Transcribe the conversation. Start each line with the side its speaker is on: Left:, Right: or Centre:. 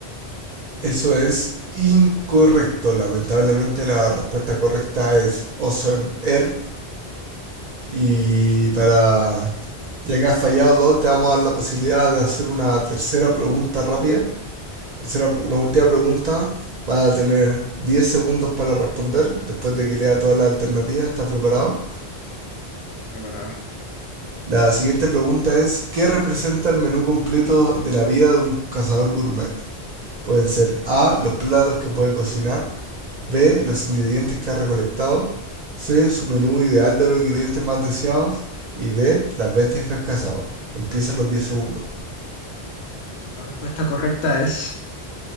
Right: Eso es incorrecto. Lamentablemente la respuesta correcta es Ocean Earth. Y para... Ya que has fallado dos, te vamos a dar la posibilidad de hacer una tercera pregunta rápida. Tercera-
Left: Perfecto,
Right: una última pregunta. Vas a tener 10 segundos para responder después de que lea todas las alternativas. ¿Estás preparado?
Left: estoy preparado.
Right: La siguiente pregunta es, ¿qué representa el menú completo de la vida de un cazador gourmet? Pueden ser A, los platos que puede cocinar, B, los ingredientes que ha recolectado, C, su menú ideal de los ingredientes más deseados y D, las bestias que has cazado. Empiezan los 10 segundos.
Left: La respuesta correcta es